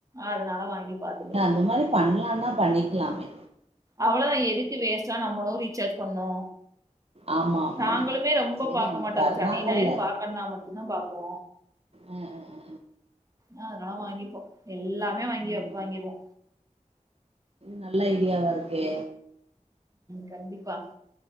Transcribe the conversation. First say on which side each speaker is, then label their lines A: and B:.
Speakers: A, on the right; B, on the right.
A: அதனால வாங்கி பாத்துக்கிறது.
B: இல்ல அந்த மாரி பண்லானா பண்ணிக்லாமே
A: அவ்வளோதா எதுக்கு வேஸ்ட்டா நம்மளு ரீசார்ஜ் பண்ணு
B: ஆமா ஆமா
A: நாங்களுமே
B: ஆமா
A: ரொம்ப
B: சரி
A: பாக்க
B: அவங்க
A: மாட்டோ
B: தர்றாங்கல்ல
A: இந்த சனி ஞாயிறு பாக்கனுனா மட்டுந்தா பாப்போ
B: அ அ
A: ஆ அதனாலா வாங்கிப்போ எல்லாமே வாங்கிய
B: ம்
A: வாங்கிருவோ
B: நல்ல ஐடியாவா இர்க்கே
A: கண்டிப்பா